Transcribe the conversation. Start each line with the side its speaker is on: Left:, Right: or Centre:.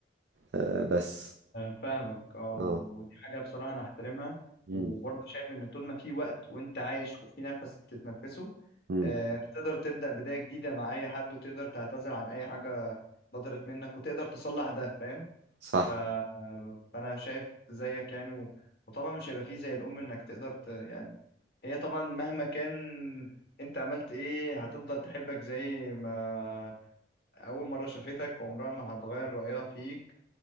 Right: آه، بس
Left: فاهمك اه ودي
Right: اه
Left: حاجة بصراحة أنا أحترمها
Right: امم
Left: وبرضه شايف إن طول ما في وقت وأنت عايش وفي نفس تتنفسه
Right: امم
Left: آه، أنت تقدر تبدأ بداية جديدة مع أي حد وتقدر تعتذر عن أي حاجة بدرت منك وتقدر تصلح ده فاهم
Right: صح
Left: ف... آه، فأنا شايف زيك يعني و... وطبعا مش هيبقى فيه زي الأم إنك تقدر ت... يعني هي طبعا مهما كان أنت عملت إيه هتفضل تحبك زي ما أول مرة شافتك وعمرها ما هتغير رأيها فيك